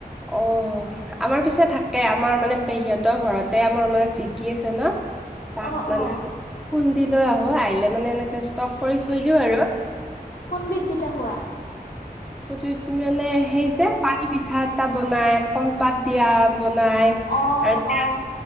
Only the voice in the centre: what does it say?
অহ, আমাৰ পিছে থাকে আমাৰ মানে পেহিহঁতৰ ঘৰতে আমাৰ মানে ঢেঁকি আছে ন?
খুন্দিলৈ আহো, আহিলে মানে এনেকে ষ্টক কৰি থৈ দিও আৰু।
কুনবিত মানে সেই যে পানী পিঠা এটা বনাই কলপাত দিয়া বনাই,
আৰু তেল-